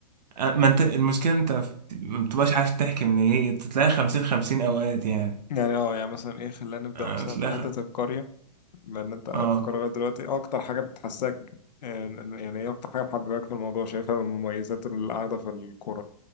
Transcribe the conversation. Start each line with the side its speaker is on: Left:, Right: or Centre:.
Right: ما انت المشكلة انت ما بتبقاش عايز تحكي من ايه تلاقي خمسين خمسين اوقات يعني
Left: يعني اه يعني مثلا ايه خلينا نبدا
Right: آه،
Left: مثلا
Right: تلاقي
Left: في حته
Right: خ-
Left: القريه لان انت قاعد
Right: اه
Left: في قرارات دلوقتي إيه اكتر حاجه بتحسك آه، يعني ايه اكتر حاجه محبباك في الموضوع شايفها من مميزات القعده في القرى